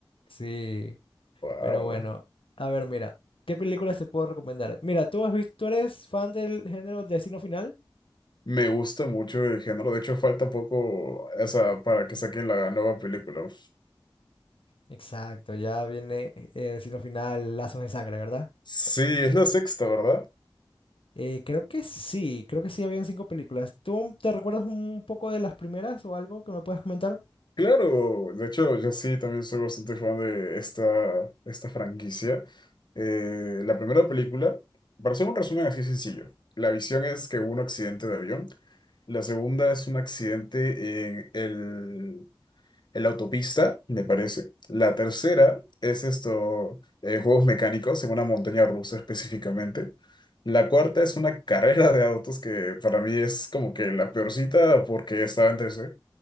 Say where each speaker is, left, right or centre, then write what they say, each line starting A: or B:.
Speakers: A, on the left; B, on the left.
A: Sí,
B: Wow.
A: pero bueno. A ver, mira, ¿qué películas te puedo recomendar? Mira, ¿tú has visto, tú eres fan del género Destino Final?
B: Me gusta mucho el género. De hecho, falta poco esa para que saquen la nueva película.
A: Exacto, ya viene eh, eh, destino final, lazos de sangre, ¿verdad?
B: Sí, es la sexta, ¿verdad?
A: Eh, creo que sí, creo que sí habían cinco películas. ¿Tú te recuerdas un poco de las primeras o algo que me puedas comentar?
B: Claro, de hecho yo sí también soy bastante fan de esta, esta franquicia. Eh, la primera película, para hacer un resumen así sencillo, la visión es que hubo un accidente de avión, la segunda es un accidente en el, en la autopista, me parece, la tercera es esto, eh, juegos mecánicos en una montaña rusa específicamente, la cuarta es una carrera de autos que para mí es como que la peorcita porque estaba en 3